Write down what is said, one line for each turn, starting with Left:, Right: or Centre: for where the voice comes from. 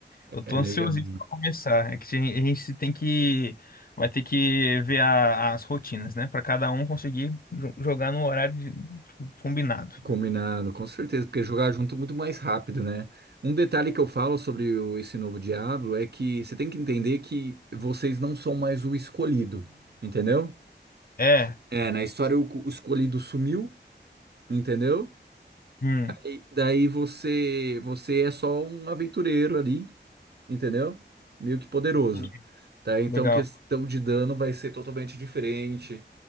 Left: Eu tô
Right: É
Left: ansiosíssimo
Right: legal.
Left: pra começar. É que a gente a gente tem que. Vai ter que ver a- as rotinas, né? Pra cada um conseguir jo- jogar no horário de- tipo, combinado.
Right: Combinado, com certeza, porque jogar junto é muito mais rápido, né? Um detalhe que eu falo sobre o- esse novo Diablo é que você tem que entender que vocês não são mais o escolhido, entendeu?
Left: É.
Right: É, na história o, o escolhido sumiu, entendeu?
Left: Hum,
Right: E daí você você é só um aventureiro ali, entendeu? Meio que poderoso,
Left: entendi.
Right: tá? Então
Left: Legal.
Right: questão de dano vai ser totalmente diferente